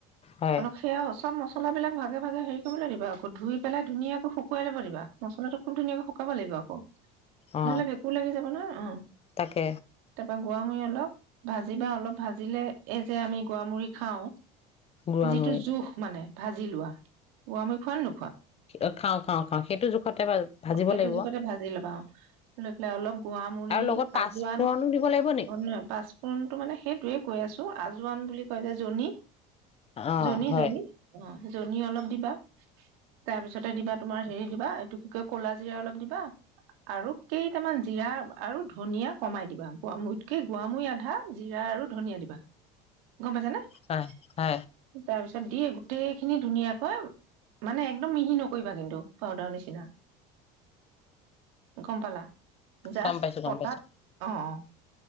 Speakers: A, on the left (about 35°); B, on the right (about 75°).
A: হয়
B: অলপ সেয়া চব মছলা। মছলাবিলাক ভাগে ভাগে হেৰি কৰিবলৈ দিবা আকৌ ধুই পেলাই ধুনাকে শুকুৱাই ল দিবা মছলাটো খুব ধুনাকৈ শুকাব লাগিব আক।
A: অ
B: নহ'লে ভেঁকুৰ লাগি যাব নহয় অ'
A: তাকে
B: তাৰপৰা গোৱামুৰি অলপ ভাজিবা অলপ ভাজিলে এই যে আমি গোৱামূৰি খাওঁ
A: গুড়ামুৰি
B: যিটো জোখ মানে ভাজি লোৱা গুৱামুৰী খোৱান নোখোৱা?
A: অ'খাওঁ, খাওঁ, খাওঁ, সেইটো জোখ সতে ভাজিব
B: সেইটো
A: লাগিব।
B: জোখতে ভাজি ল'বা লৈ পেলে অলপ গুৱামুৰি,
A: আৰু লগত পাঁচফোৰণো
B: আজোৱান,
A: দিব লাগিব নি?
B: অ' পাঁচফোড়ন টো মানে সেইটোৱে কৈ আছোঁ জোৱান বুলি কয় যে জনী?
A: অ'
B: জনী
A: হয়।
B: জনী অ',। জন অলপ দিবা তাৰপিছতে দিবা তুমাৰ হেৰি দিবা এইটো কি কয় কলা জিৰা অলপ দিবা আৰু কেইটামান জিৰা, আৰু ধনিয়া, কমাই দিবা গুতকেই, গোৱামুৰি আধা, জিৰা, আৰু ধনিয়া দিবা। গম পাইছ নে?
A: হয়,
B: তাৰপিছত
A: হয়,
B: তাৰপিছত দিয়ে গোটেই খিনি ধুনীয়াকৈ মানে একদম মিহি নকৰিবা কিন্তু পাউদাৰ নিচিনা। গম পালা? জাষ্ট
A: গম পাইছো,
B: পতাত
A: গম পাইছো।
B: অ', অ',